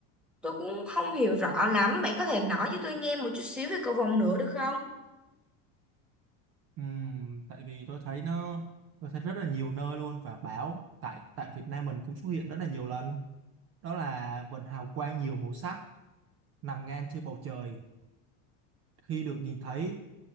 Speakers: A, in the centre; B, on the right (about 30°).
A: Tôi cũng không hiểu rõ lắm, bạn có thể nói cho tôi nghe một chút xíu về cầu vồng nữa được không?
B: Ừm, tại vì tôi thấy nó tôi thấy rất là nhiều nơi luôn và báo tại tại Việt Nam mình cũng xuất hiện rất là nhiều lần. đó là vần hào quang nhiều màu sắc nằm ngang trên bầu trời khi được nhìn thấy